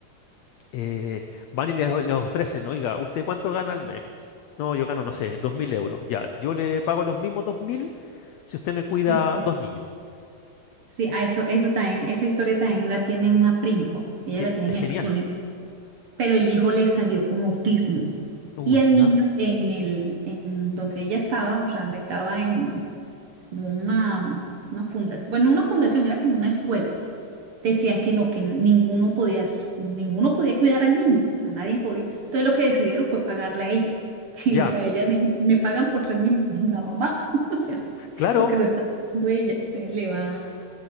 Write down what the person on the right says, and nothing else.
y
eh,
sí, a eso, eso también, esa historia también la tiene una prima, ella
la tiene
en Estados
Unidos. pero el hijo le salió con autismo.
Y el
niño en el, en donde ella estaba, o sea, donde estaba en como una, una fundación, bueno, una fundación, era como una escuela. Decían que no, que ninguno podía, ninguno podía cuidar al niño, o sea, nadie podía. Entonces lo que decidieron fue pagarle a ella. <laughs> Y,
o sea, ella me dice, me pagan por ser mi, la mamá, <laughs> o sea,
porque lo está pagando ella. Entonces le va,